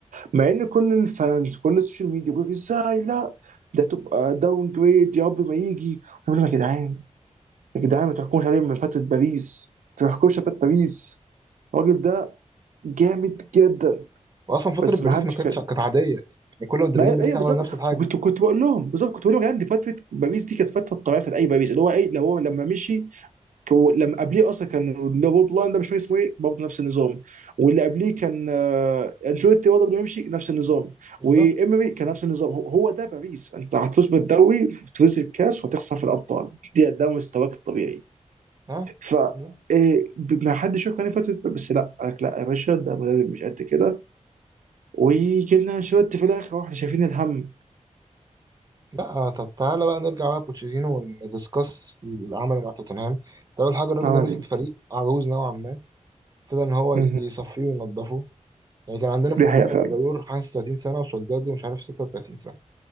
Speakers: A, on the right; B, on the right.
A: مع ان كل الفانز كل السوشيال ميديا بيقول ازاي لا ده تبقى داون جريد يا رب ما يجي انا بقول لهم يا جدعان يا جدعان ما تحكموش عليه من فتره باريس ما تحكموش على فتره باريس الراجل ده جامد جدا
B: واصلا فتره
A: بس
B: باريس
A: ما حدش
B: ما كانتش
A: كان
B: كانت عاديه يعني يعني كل مدربين
A: ما
B: باريس
A: ايوه
B: عملوا
A: بالظبط
B: نفس الحاجه
A: كنت كنت بقول لهم بالظبط كنت بقول لهم يا جدعان دي فتره باريس دي كانت فتره الطبيعيه بتاعت اي باريس اللي هو ايه اللي هو لما مشي كو... لما قبليه اصلا كان اللي هو بلان ده مش فاكر اسمه ايه برضه نفس النظام واللي قبليه كان آه، انشيلوتي برضه قبل ما يمشي نفس النظام
B: بالظبط
A: وامري كان نفس النظام هو هو ده باريس انت هتفوز بالدوري تفوز الكاس وهتخسر في الابطال دي ده مستواك الطبيعي
B: ها
A: ف
B: بالظبط.
A: إيه، ما حدش شاف كان فتره بس لا قال لك لا يا باشا ده مدرب مش قد كده وجبنا انشيلوتي في الاخر واحنا شايفين الهم
B: لا آه، طب تعالى بقى نرجع بقى لبوتشيتينو وندiscuss اللي عمله مع توتنهام ده أول حاجة الراجل
A: عمل
B: ده مسك
A: ايه
B: فريق عجوز نوعا ما ابتدى إن هو
A: مهم.
B: يصفيه وينضفه يعني كان عندنا في
A: دي
B: الهجوم
A: حقيقة فعلا
B: أديبايور 35 سنة وسولداد ومش عارف 36 سنة